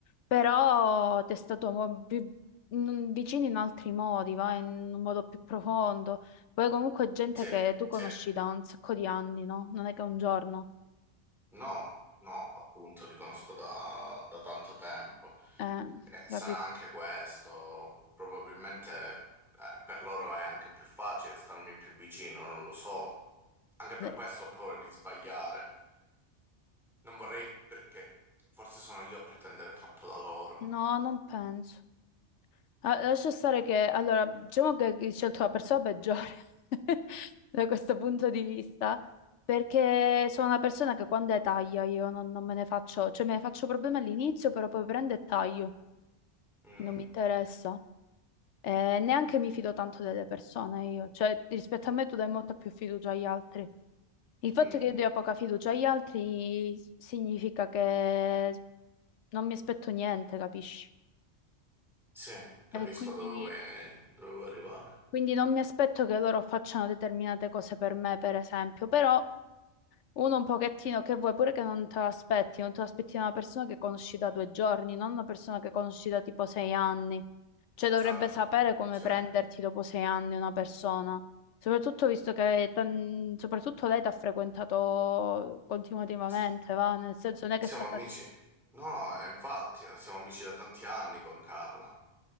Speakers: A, on the left; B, in the centre.
A: Però testatomo più non- vicini in altri modi, va in un modo più profondo. Poi comunque è gente
B: Sì,
A: che tu conosci
B: sì.
A: da un sacco di anni, no? Non è che un giorno.
B: No, no, appunto, li conosco da, da tanto tempo.
A: Eh,
B: Eh, sarà
A: capi-
B: anche questo, probabilmente eh, per loro è anche più facile starmi più vicino, non lo so. Anche per
A: eh,
B: questo ho paura di sbagliare. Non vorrei perché forse sono io a pretendere troppo da loro.
A: No, non penso. Ah, Lascia stare che, allora, diciamo che hai scelto la persona peggiore <laughs> da questo punto di vista, perché sono una persona che quando è taglia io non, non me ne faccio, cioè me ne faccio problemi all'inizio, però poi prendo e taglio,
B: Mm,
A: non mi interessa. Eh, neanche mi fido tanto delle persone io, cioè rispetto a me tu dai molta più fiducia agli altri. Il fatto
B: mm,
A: che io dia poca fiducia agli altri s- significa che non mi aspetto niente, capisci?
B: sì, capisco
A: E quindi,
B: dove vuoi, dove vuoi arrivare.
A: quindi non mi aspetto che loro facciano determinate cose per me, per esempio, però Uno un pochettino che vuoi pure che non te l'aspetti, non te l'aspetti da una persona che conosci da due giorni, non una persona che conosci da tipo sei anni. Cioè dovrebbe
B: Certo,
A: sapere come
B: certo.
A: prenderti dopo sei anni una persona. Soprattutto visto che tan- soprattutto lei ti ha frequentato continuativamente,
B: S-
A: va? Nel senso non è
B: Siamo
A: che è stata
B: amici.
A: tipo...
B: No, eh, infatti, siamo amici da tanti anni con Carla.